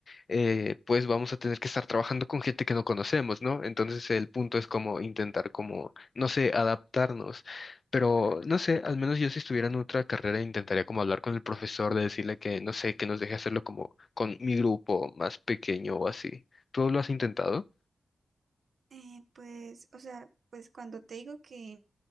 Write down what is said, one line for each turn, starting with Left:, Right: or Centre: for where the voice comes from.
Left: eh, pues vamos a tener que estar trabajando con gente que no conocemos, ¿no? Entonces el punto es como intentar como, no sé, adaptarnos. Pero no sé, al menos yo si estuviera en otra carrera intentaría como hablar con el profesor de decirle que, no sé, que nos deje hacerlo como con mi grupo más pequeño o así. ¿Tú lo has intentado?
Right: Eh, pues, o sea, pues cuando te digo que,